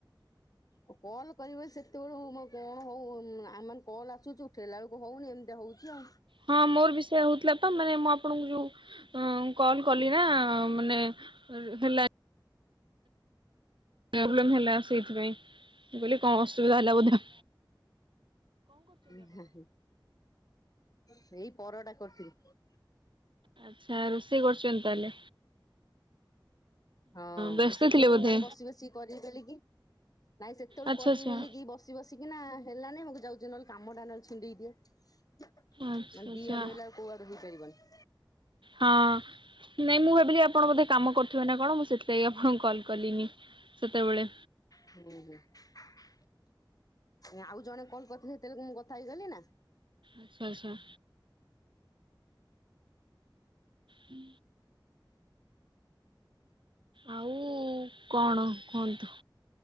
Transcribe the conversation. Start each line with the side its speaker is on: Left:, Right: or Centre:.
Left: ଓ କଲ୍ କରିବ ସେତୋଳୁ ମୋ କଣ ହୋଉ ନା ଆ ମାନେ କଲ୍ ଆସୁଚୁ ଉଠେଇଲା ଅଳୁକୁ ହୋଉନେଇ ଏମିତି ହୋଉଚି ଆଉ।
Right: ହଁ ମୋର ବି ସେୟା ହୋଉଥୁଲା ପା ମାନେ ମୁଁ ଆପଣଙ୍କୁ ଯୋଉ ଉଁ କଲ୍ କଲି ନାଁ ମାନେ ଅର୍ ହେଲା। ଏବ୍ଲେମ୍ ହେଲା ସେଇଥିପାଇଁ ମୁଁ କଇଲି କଁ ଅସୁବିଧା ହେଲା ବୋଧେ ଆ।
Left: ଉଁ ନାଇଁ ହେଇ ପରଟା କରିଥିଲି।
Right: ଆଚ୍ଛା ରୋଷେଇ କରୁଛନ୍ତି ତାହେଲେ
Left: ହଁ
Right: ବ୍ୟସ୍ତ
Left: ମୁଁ ସେତୋଳୁ
Right: ଥିଲେ ବୋଧେ
Left: ମାନେ ବସି ବସିି କରିବି ବୋଲି କି ନାଇଁ ସେତୋଳୁ
Right: ଆଚ୍ଛା
Left: କରିବି
Right: ଆଚ୍ଛା
Left: ବେଲିକି ବସି ବସିକିନା ହେଲାନେଇ ମୁ କୁ ଯାଉଚି ନଲେ କାମଟା ନଲେ ଛିଣ୍ଡେଇ ଦିଏ। ମାନେ
Right: ଆଚ୍ଛା ଆଚ୍ଛା
Left: ଦି ଆଡ଼ୁ ହେଲେ ଆଉ କୋଉ ଆଡ଼ୁ ହେଇ ପାରିବନି।
Right: ହଁ ନାଇଁ ମୁଁ ଭାବିଲି ଆ ପଣ ବୋଧେ କାମ କରୁଥୁବେ ନାଁ କଣ ମୁଁ ସେଥିଲାଗି ଆପଣଙ୍କୁ କଲ୍ କଲିନି ସେତେବେଳେ।
Left: ହୁଁ ହୁଁ। ଏଁ ଆଉ ଜଣେ କଲ୍ କରିଥିଲେ ହେତେଳୁକୁ ମୁଁ କଥା ହେଇଗଲି ନାଁ।
Right: ଆଚ୍ଛା ଆଚ୍ଛା ହୁଁ ଆଉ କଣ କୁହନ୍ତୁ।